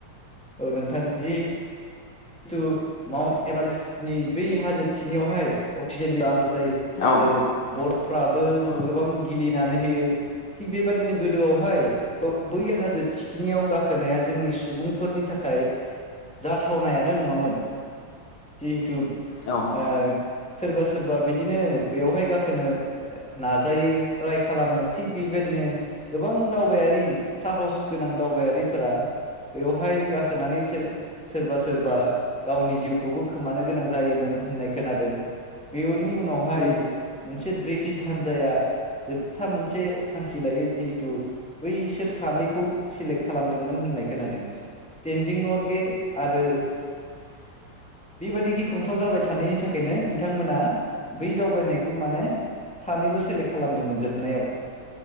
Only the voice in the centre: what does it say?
औ नोंथां जि तु माउन्ट एभारेस्टनि बै हाजो थिखिनिआवहाय अक्सिजेननि आंखाल जायो आरो
बरफ्राबो
गोबां गिलिनानै होयो। थिग बेबादिनो गोदोआवहाय बे बै हाजो थिखिनियाव गाखोनाया जोंनि सुबुंफोर नि थाखाय जाथाव नायानो नङामोन जिहेथु
ओ सोरबा सोरबा बिदिनो बेयावहाय गाखोनो नाजायो ट्राइ खालामो थिग बेबायदि नो गोबां दावबायारि साहस गोनां दावबायारिफोरा बेवहाय गाखोनानै सो सोरबा सोरबा गावनि जिउखौबो खोमानो गोनां जायोमोन होननाय खोनादों। बेवनि उनावहाय
मोनसे ब्रिटिश हान्जाया जोबथा मोनसे थांखि लायो जिहेथु बैसोर सानैखौ सेलेक्ट खालामदोंमोन होननाय खोनादों। तेनजिं नरगे आरो
बेबायादि गिख्रंथाव जाबाय थानायनि थाखायनो बिथांमोना बै दावबायनायखौ माने सानैल' सेलेक्ट खालामदोंमोन जोबनायाव